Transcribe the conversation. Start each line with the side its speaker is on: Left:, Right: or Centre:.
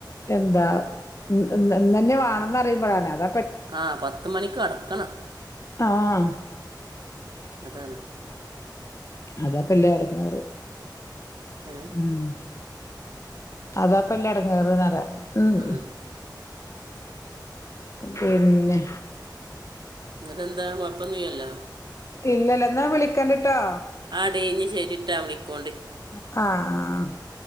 Left: എന്താ
Right: ആ
Left: ഇന്നന്നെ വേണന്ന് അറിയുമ്പോഴാണ് അത
Right: ആ പത്ത മണിക്ക് അടക്കണം
Left: താ
Right: അതാണ്
Left: അതാ ഇല്ല പല്ലടങ്ങേറ്
Right: ഉം
Left: ഉം അതാപ്പല്ല ഇടങ്ങേറ ആഹ്
Right: ഉം.
Left: പിന്നെ
Right: നിട്ട എന്താ കൊഴപ്പന്നില്ലല്ലോ
Left: ഇല്ലല്ല എന്നാ വിളിക്കാണ്ടിട്ടോ
Right: ആഹ് ടീ ഞ്ഞ് ശരിട്ടാ വിളിക്കോണ്ടിം
Left: ആഹ് ആഹ് ആഹ്